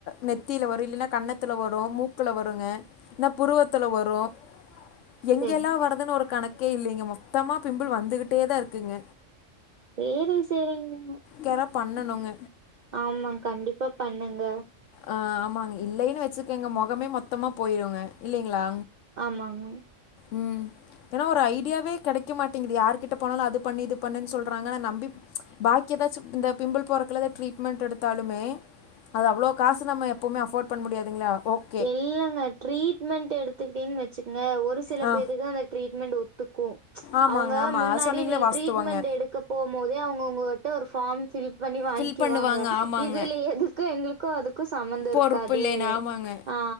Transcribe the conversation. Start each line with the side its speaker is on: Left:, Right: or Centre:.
Left: நெத்தியில வரும் இல்லைன்னா கண்ணத்துல வரும் மூ க்குள்ள வருங்க என்ன புருவத்துல வரும் எங்கெல்லாம்
Right: சேரிங்
Left: வர்துன்னு ஒரு கணக்கே இல்லைங்க மொத்தமா பிம்பிள் வந்துகிட்டே தான் இருக்குங்க
Right: சேரிங் சேரிங்க
Left: கெற பண்ணணுங்க
Right: ஆமா கண்டிப்பா பண்ணுங்க
Left: ஆ ஆமாங்க இல்லைன்னு வச்சுக்கங்க மொகமே மொத்தமா போயிருங்க இல்லைங்ளா
Right: ஆமாங்க
Left: உம் ஏன்னா ஒரு ஐடியாவே கெடைக்க மாட்டிங்குது யார்கிட்ட போனாலும் அது பண்ணு இது பண்ணுன்னு சொல்றாங்க நம்பி பாக்கிதா எதாச்சி இந்த பிம்பிள் போறக்குள்ள ட்ரீட்மெண்ட் எடுத்தாலுமே அது அவளோ காசு நம்ம எப்பவுமே அஃபோர்ட் பண்ண முடியாதுங்ளா அப்போ
Right: இல்லங்க ட்ரீட்மெண்ட் எடுத்துக்கிட்டேன்னு வச்சுகங்க ஒரு சில
Left: ஆ.
Right: பேருத்துக்கு தா அந்த ட்ரீட்மெண்ட் ஒத்துக்கும்
Left: ஆமாங்க,
Right: அவுங்க
Left: ஆமா.
Right: முன்னாடி
Left: அது சொன்னீங்களே
Right: நீ
Left: வாஸ்தவங்க.
Right: ட்ரீட்மெண்ட் எடுத் போம்போதே அவுங்க ஒங்ககிட்ட ஒரு ஃபார்ம் பில் பண்ணி வாங்கிக்வாங்க
Left: ஃபில் பண்ணுவாங்க. ஆமாங்க.
Right: இதுல எதுக்கு எங்களுக்கு களுக்கு அதுக்கும் சமந்தம்
Left: பொறுப்பு
Right: இருக்காது
Left: இல்லேன்னு. ஆமாங்க.
Right: ஆ